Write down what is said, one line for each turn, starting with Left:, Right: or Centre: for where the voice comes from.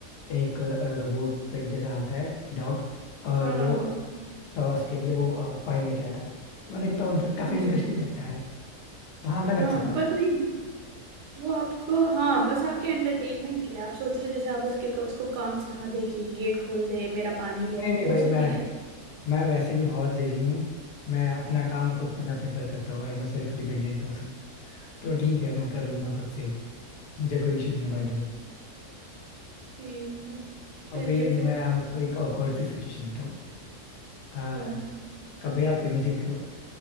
Left: एक रोबोट पेट जैसा आता है डॉग और
Right: हाँ
Left: वो
Right: हाँ
Left: टॉस के लिए वो कॉइन लेके आता है तो मैं देखता हूँ इनफैक्ट काफी इंटरेस्टिंग
Right: जी
Left: लगता है तो हाँ मैं रख
Right: हाँ
Left: सकता हूँ
Right: पर नहीं वो आपको हाँ बस आपके एंटरटेनमेंट के लिए आप सोच रहे हो जैसे आप उसके उसको काम सिखा दे कि गेट खोल दे मेरा पानी ले
Left: नहीं
Right: आ
Left: नहीं
Right: वो
Left: भाई मैं
Right: सब नहीं करे
Left: मैं वैसे भी बहुत लेजी हूँ मैं अपना काम खुद करना प्रेफर करता हूँ I am a self dependent तो ठीक है मैं कर लूंगा खुद से ही मुझे कोई इशू नहीं है बाय
Right: हम्म,
Left: द वे
Right: ठीक है चलिए
Left: अभी
Right: फिर
Left: मैं आपको एक awkward सी सिचुएशन बताऊं आ,
Right: हाँ
Left: कभी आप इमेजिन करो